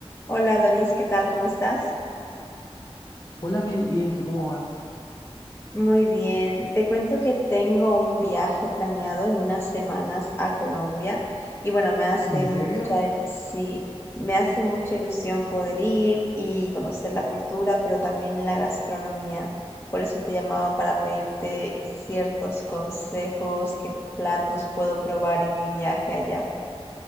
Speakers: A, on the left (about 25°); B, on the left (about 40°).
A: Hola Donis, ¿qué tal? ¿Cómo estás?
B: Hola Mel, bien, ¿tú cómo vas?
A: Muy bien. Te cuento que tengo un viaje planeado en unas semanas a Colombia y bueno, me hace
B: ¿En serio?
A: mucha, sí, me hace mucha ilusión poder ir y conocer la cultura, pero también la gastronomía. Por eso te llamaba para pedirte ciertos consejos, qué platos puedo probar en mi viaje allá.